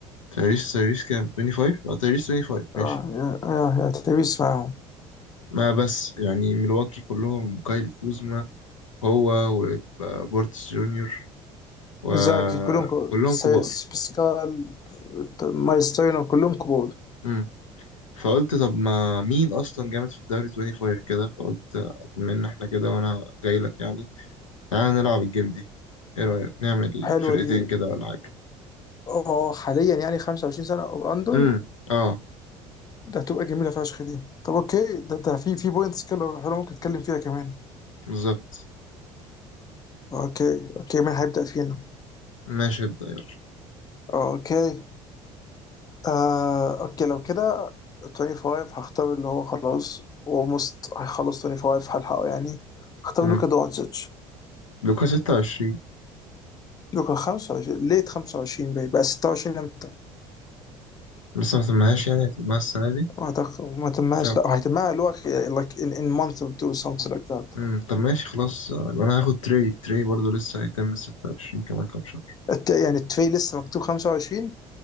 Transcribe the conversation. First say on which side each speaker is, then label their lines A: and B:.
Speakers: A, on the left (about 75°); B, on the left (about 25°).
A: تايريس تايريس كام 25 اه تايريس 25 ماشي
B: اه يا يا يا تبيس معاهم
A: ما بس يعني ملواكي كلهم كايلي كوزما هو وبورتس جونيور وكلهم
B: اكزاكتلي كلهم كبار سايس-
A: كبار
B: باسكال مايلز تاينر كلهم كبار
A: امم فقلت طب ما مين اصلا جامد في الدوري 25 كده فقلت بما ان احنا كده وانا جاي لك يعني تعالى نلعب الجيم دي ايه رأيك نعمل
B: حلوه
A: فرقتين
B: دي
A: كده ولا حاجة
B: اه حاليا يعني 25 سنه او اندر
A: امم اه
B: ده هتبقى جميله فشخ دي طب اوكي ده ده في في بوينتس كده حلوه ممكن نتكلم فيها كمان
A: بالظبط
B: اوكي اوكي مين هيبدا فينا
A: ماشي ابدأ يلا
B: اوكي آه اوكي لو كده 25 هختار اللي هو خلاص اولموست هيخلص 25 هلحقه يعني هختار
A: مم.
B: لوكا دونتش
A: لوكا 26
B: لوكا 25 ليت 25 بقى بقى 26 امتى
A: لسه ما سمعهاش يعني هتبقى السنة دي
B: ما أعتقد ما تمهاش
A: بتاع
B: لا هيتمها اللي هو like in, in month or two something like that
A: مم. طب ماشي خلاص آه، يبقى أنا هاخد تري تري برضه لسه هيتم 26 كمان كام شهر
B: الت- يعني التري لسه مكتوب 25